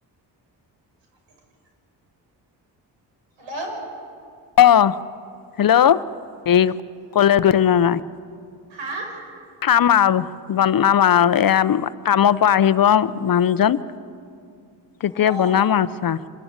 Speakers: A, on the right; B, on the left.
A: <inaudible> হেল্ল'।
B: অ', হেল্ল' এই, কলে <unintelligible> নাই।
A: হাঁ
B: খাম আৰু, বনাম আৰু, এয়া কামৰ পৰা আহিব মানুহজন। তেতিয়া
A: অ
B: বনাম আৰু চাহ,